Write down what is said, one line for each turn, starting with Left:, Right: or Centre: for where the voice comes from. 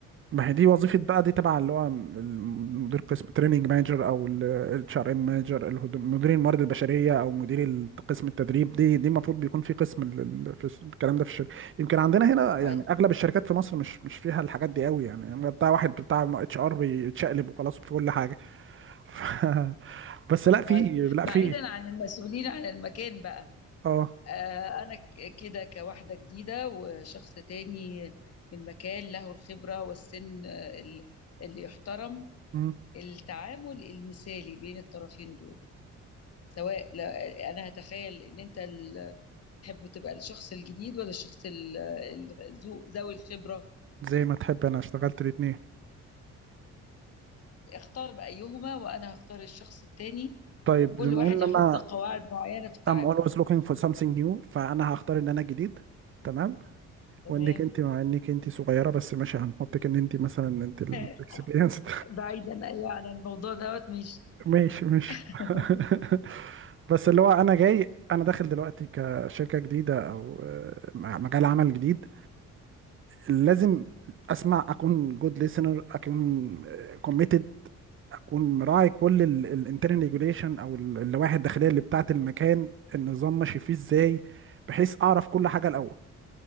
Right: ما هي دي وظيفة بقى دي تبع اللي هو الم- مدير قسم تريننج مانجر او الاتش ار ام مانجر مدير الموارد البشرية او مدير ال- قسم التدريب دي دي المفروض بيكون في قسم ال- ال- في الس- الكلام ده في الشركة يمكن عندنا هنا يعني
Left: طيب
Right: اغلب الشركات في مصر مش مش فيها الحاجات دي قوي يعني هو بتاع واحد بتاع اتش ار بيتشقلب وخلاص في كل حاجة <laughs> ف... بس لا في
Left: طيب
Right: لا
Left: بعيدا
Right: في
Left: عن المسؤولين عن المكان بقى
Right: اه
Left: آه، انا ك- كده كواحدة جديدة وشخص تاني من مكان له الخبرة والسن آه، ال- اللي يحترم
Right: مم.
Left: التعامل المثالي بين الطرفين دول سواء لا- انا هتخيل ان انت تحب تبقى الشخص الجديد ولا الشخص ال- ال- ذو- ذوي الخبرة
Right: زي ما تحب انا اشتغلت الاتنين
Left: اختار بأيهما وأنا هختار الشخص التاني
Right: طيب
Left: وكل
Right: بما
Left: واحد
Right: ان
Left: يحط
Right: انا
Left: قواعد معينة في التعامل
Right: I'm always looking for something new فانا هختار ان انا جديد تمام
Left: تمام
Right: وانك انت مع انك انت صغيره بس ماشي هنحطك ان انت مثلا انت الاكسبيرينس
Left: <laughs> بعيدا أيوة عن الموضوع دوت مش
Right: <laughs> ماشي ماشي
Left: <laughs>
Right: <laughs> بس اللي هو انا جاي انا داخل دلوقتي كشركه جديده او آه، مع مجال عمل جديد لازم اسمع اكون جود ليسنر اكون كوميتد اكون مراعي كل الانترنال ريجوليشن او ال- اللوائح الداخليه اللي بتاعه المكان النظام ماشي فيه ازاي بحيث اعرف كل حاجه الاول